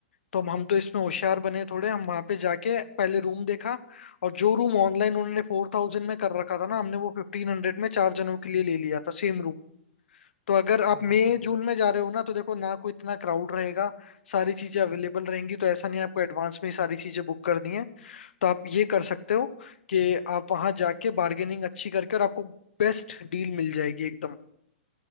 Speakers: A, on the left; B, on the right.
A: तो हम हम तो इसमें होशियार बने थोड़े हम वहां पे जाके पहले रूम देखा और जो रूम ऑनलाइन उन्होंने फोर थाउजेंड में कर रखा था ना हमने वो फिफ्टीन हंड्रेड में चार जनों के लिए ले लिया था सेम रूम तो अगर आप
B: हाँ
A: मई
B: हाँ हाँ हाँ
A: जून में जा रहे हो ना तो देखो ना कोई इतना क्राउड रहेगा सारी चीजें अवेलेबल रहेंगी तो ऐसा नहीं है आपको एडवांस में ही सारी चीजें बुक करनी है तो आप ये कर सकते हो कि आप वहां जाके बार्गेनिंग अच्छी करके और आपको बेस्ट डील मिल जाएगी एकदम